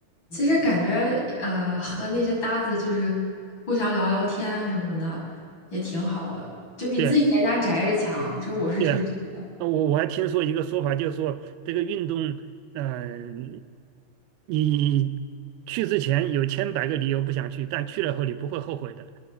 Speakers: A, on the left; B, on the right.
A: 其实感觉呃和那些搭子就是互相聊聊天什么的也挺好的，就比自己在家宅着强，
B: 对啊，
A: 就是我是这么觉得。
B: 对啊，呃我我还听说一个说法，就是说这个运动，嗯、你去之前有千百个理由不想去，但去了后你不会后悔的。